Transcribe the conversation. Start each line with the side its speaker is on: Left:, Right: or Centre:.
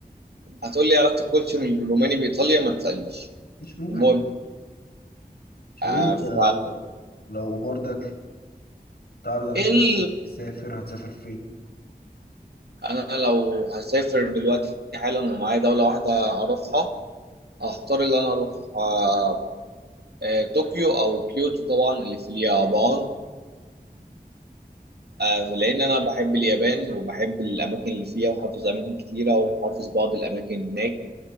Right: هتقول لي علاقه الكولسيوم الروماني بايطاليا ما تسالنيش
Left: مش مهم
Right: المهم
Left: شو
Right: آه
Left: انت
Right: ف
Left: لو برضك تعرض عليك
Right: إيه ال...
Left: تسافر هتسافر فين
Right: انا لو هسافر دلوقتي حالا ومعايا دوله واحده هروحها هختار اللي انا اروح آه آه طوكيو او كيوتو طبعا اللي في اليابان آه، لان انا بحب اليابان وبحب الاماكن اللي فيها وحافظ اماكن كتيره وحافظ بعض الاماكن هناك